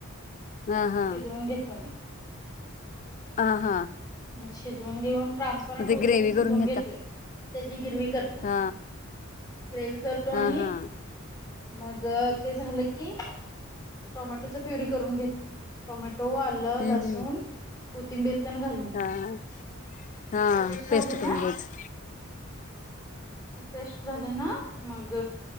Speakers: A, on the left; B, on the left.
A: हा हा
B: शिजवून घेतो मी,
A: आ हा,
B: शिजून घेऊन ट्रान्सफरंट
A: मग ते
B: होऊस
A: ग्रेवी
B: शिजून
A: करून
B: घेतोय
A: घेता
B: तेची गिरवी, करतो
A: हा,
B: ग्रेवी करतो आणि
A: हा हा
B: मग ते झालं की टाॅमॅटोच प्युरी करून घेतोय टाॅमे <unintelligible> आलं
A: हम्म
B: लसून
A: हम्म
B: कथिंबीर तेन घाल
A: हा- हा <inaudible>
B: झाली
A: पेस्ट
B: ना
A: करून घज <inaudible>
B: ती पेस्ट झाली ना मग